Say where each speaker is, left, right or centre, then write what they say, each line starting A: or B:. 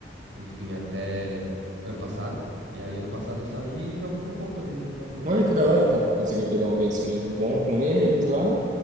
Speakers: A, on the right; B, on the right.
A: enfim, até ano passado. E aí, ano passado eu saí e jogo por conta desde então, mano.
B: Olha que da hora, tá? Conseguiu pegar um conhecimento bom com eles lá.